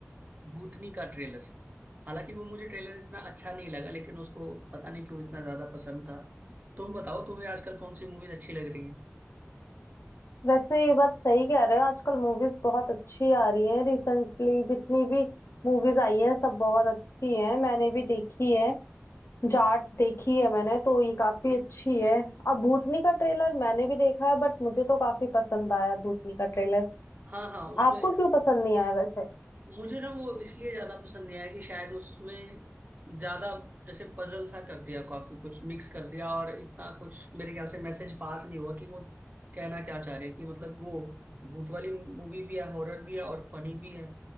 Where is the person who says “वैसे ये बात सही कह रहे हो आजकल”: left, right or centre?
Left